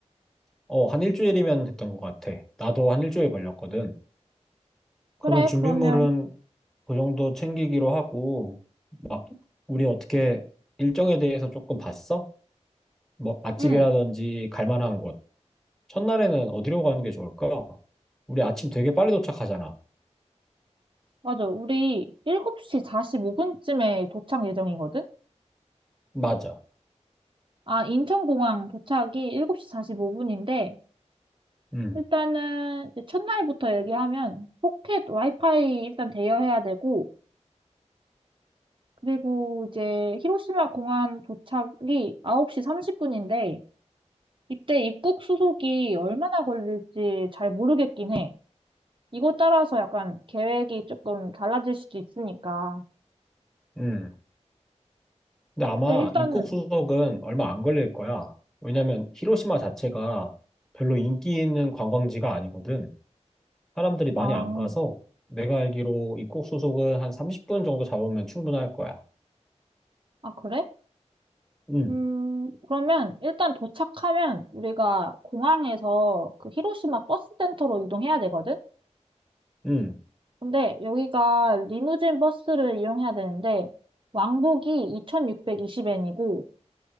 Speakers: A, in the centre; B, on the right.
A: 어, 한 일주일이면 됐던 것 같아. 나도 한 일주일 걸렸거든. 그러면
B: 그래,
A: 준비물은
B: 그러면.
A: 그 정도 챙기기로 하고, 막, 우리 어떻게 일정에 대해서 조금 봤어? 뭐, 맛집이라든지
B: 응
A: 갈 만한 곳. 첫날에는 어디로 가는 게 좋을까? 우리 아침 되게 빨리 도착하잖아.
B: 맞아. 우리 7시 45분쯤에 도착 예정이거든?
A: 맞아.
B: 아, 인천공항 도착이 7시 45분인데,
A: 음,
B: 일단은 이제 첫날부터 얘기하면 포켓 와이파이 일단 대여해야 되고, 그리고 이제 히로시마 공항 도착이 9시 30분인데, 이때 입국 수속이 얼마나 걸릴지 잘 모르겠긴 해. 이거 따라서 약간 계획이 조금 달라질 수도 있으니까.
A: 음. 근데 아마
B: 근데 일단은,
A: 입국 수속은 얼마 안 걸릴 거야. 왜냐면 히로시마 자체가 별로 인기 있는 관광지가 아니거든. 사람들이 많이
B: 아,
A: 안 가서 내가 알기로 입국 수속은 한 30분 정도 잡으면 충분할 거야.
B: 아, 그래?
A: 음,
B: 음, 그러면 일단 도착하면 우리가 공항에서 그 히로시마 버스 센터로 이동해야 되거든?
A: 음.
B: 근데 여기가 리무진 버스를 이용해야 되는데 왕복이 2620엔이고